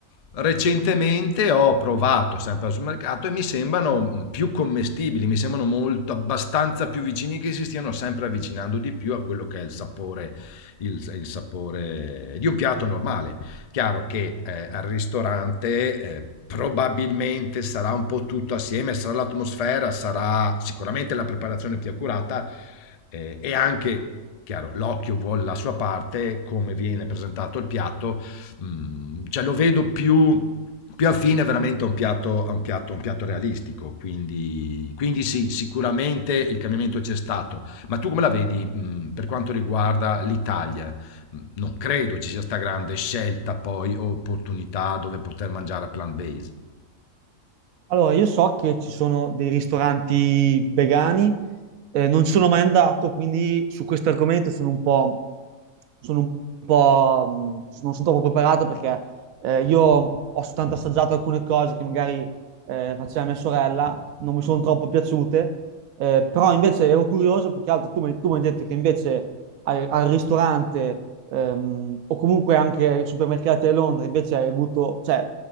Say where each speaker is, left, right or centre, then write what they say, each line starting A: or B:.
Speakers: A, on the left; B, on the right.
A: Recentemente ho provato sempre al supermercato e mi sembrano mm, più commestibili, mi sembrano molto abbastanza più vicini che si stiano sempre avvicinando di più a quello che è il sapore, il, il sapore di un piatto normale. Chiaro che, ehm, al ristorante, ehm, probabilmente sarà un po' tutto assieme, sarà l'atmosfera, sarà sicuramente la preparazione più accurata, ehm, e anche, chiaro, l'occhio vuol la sua parte, come viene presentato il piatto, mhmm, cioè lo vedo più più affine veramente a un piatto a un piatto a un piatto realistico. Quindi quindi sì, sicuramente il cambiamento c'è stato. Ma tu come la vedi, mhmm, per quanto riguarda l'Italia? Mhmm, non credo ci sia sta grande scelta poi o opportunità dove poter mangiare a plant based.
B: Allora, io so che ci sono dei ristoranti vegani, eh, non ci sono mai andato, quindi su questo argomento sono un po', sono un po', mh, non sono troppo preparato perché eh, io ho soltanto assaggiato alcune cose che magari eh, faceva mia sorella, non mi sono troppo piaciute, eh, però invece ero curioso, perché altro tu mi tu mi hai detto che invece al, al ristorante ehm, o comunque anche ai supermercati di Londra invece hai avuto, cioè,